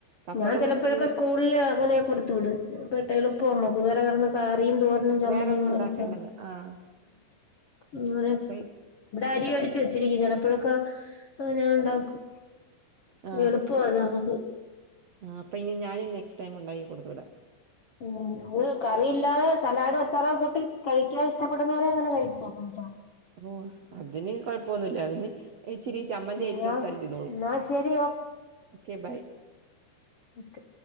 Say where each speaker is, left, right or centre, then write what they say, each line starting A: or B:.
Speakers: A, on the right; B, on the left.
A: പപ്പടവും
B: ഞാൻ ചിലപ്പോഴൊക്കെ
A: ഇച്ചിരി
B: സ്കൂളില് അങ്ങനെ കൊടുത്തു വിടും പട്ട എളുപ്പമ്മക്ക് യും തോരനും ചമ്മന്തിയും
A: വേറൊന്നും ഉണ്ടാക്കണ്ടല്ലോ
B: അനക്കെ
A: ആഹ്
B: ഉം
A: അപ്പ
B: അരി അടിച്ച് വെച്ചിരിക്ക ചിലപ്പോഴൊക്കെ അങ്ങനെ ഉണ്ടാക്കും
A: ആ
B: എളുപ്പവാ അത് നമുക്ക്
A: ആ അപ്പൊ ഇനി ഞാനും നെക്സ്റ്റ് ടൈം ഉണ്ടായി കൊടുത്ത് വിട
B: ഉം അത് കറിയില്ലാതെ സലാഡ് വച്ചാറ കൂട്ടി കഴിക്കാൻ ഇഷ്ടപ്പെടുന്നവരെ അങ്ങനെ കഴി കേട്ടോ
A: ഓ അതിന് കൊഴപ്പൊന്നുമില്ല അതിന് ച്ചിരി ചമ്മന്തി
B: എന്നാ
A: അരിച്ചു കൊടുത്താല് ഇരുന്നോളൂ
B: എന്നാ ശരി
A: ഓക്കെ ബൈ
B: ഓക്കെ